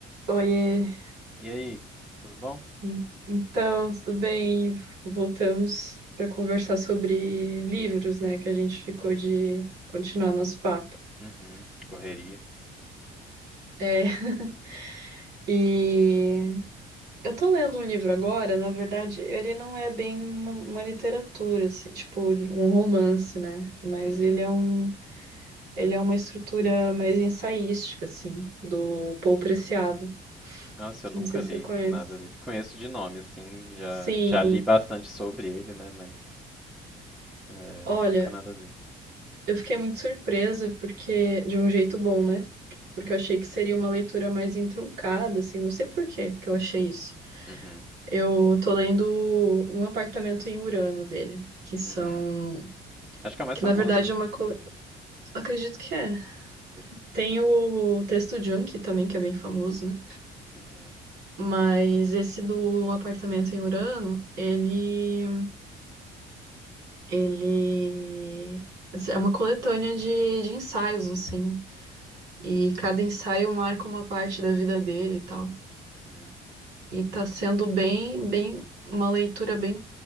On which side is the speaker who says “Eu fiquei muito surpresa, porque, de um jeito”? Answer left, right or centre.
Right